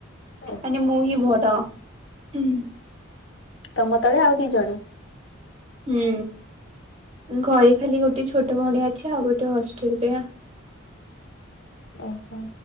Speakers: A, on the left; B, on the right.
A: ଓ
B: ମାନେ ମୁହି ବଡ ହୁଁ ହୁଁ
A: ତମ ତଳେ ଆଉ ଦି ଜଣ।
B: ହୁଁ ଘରେ ଖାଲି ଗୋଟେ ଛୋଟ ଭଉଣୀ ଅଛି ଆଉ ଗୋଟେ ହଷ୍ଟେଲରେ।
A: ଓହୋ